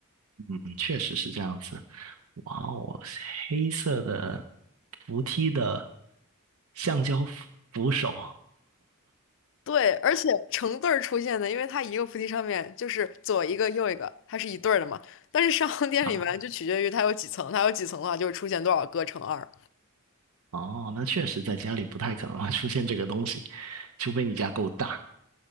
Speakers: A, on the right; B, on the left.
A: 嗯，确实是这样子。哇哦，黑色的扶梯的橡胶扶扶手
B: 对，而且成对儿出现的，因为它一个菩提上面就是左一个右一个，它是一对儿的嘛。但是商 <laughs> 店里面就取决于它有几层，
A: 啊，
B: 它有几层的话就会出现多少个乘二。
A: 哦，那确实在家里不太可能会出现这个东西，除非你家够大，